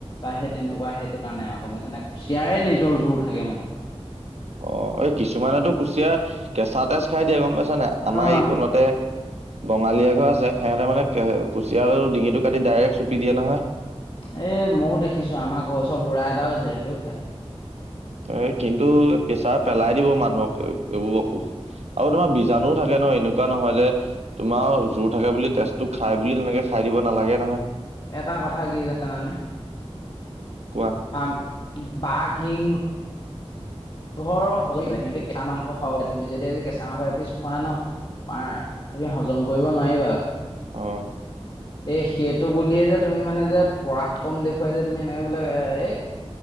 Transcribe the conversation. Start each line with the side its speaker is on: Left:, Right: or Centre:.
Left: বা সেই তেনেকুৱা সেইটো কাৰণে আৰু গম পাইছে নে কুচিয়াৰে নিজৰ জোৰ থাকে মানে।
Right: অ এই কিছুমানেতো কুচিয়া কেঁচা তেজ খাই দিয়ে গম পাইছ। নে আমাৰ
Left: অ
Right: এই কণতে বঙালী এঘৰ আছে সিহঁতে মানে কুচিয়া ডিঙিটো কাটি ডাইৰেক্ট চুপি দিয়ে নহয়।
Left: এ মইও দেখিছো আমাৰ ঘৰৰ ওচৰৰ বুঢ়া এটাও আছে সেইটোও খাই।
Right: এ কিন্তু পেছাৰ পেলাই দিব মানুহক এইবোৰ অসুখ আৰু তোমাৰ বীজাণু থাকে। ন এনেকুৱা নহয় যে তোমাৰ জোৰ থাকে বুলি তেজটো খাই বুলি তেনেকে খাই দিব নালাগে নহয়।
Left: এটা কথা কি জানানে।
Right: কোৱা
Left: আ বাঘ সিং। ঘৰৰ হৈ সিহঁতি কেঁচা মাংস খাব তুমি যদি আজি কেঁচা মাংস এপিছ খোৱা ন তোমাৰ তথাপি হজম কৰিব নোৱাৰিবা আকৌ।
Right: অ
Left: এই সেইটো বুলিয়ে যে তুমি মানে যে পৰাগ কম দেখুৱাই যে তুমি এনেকে বোলে এ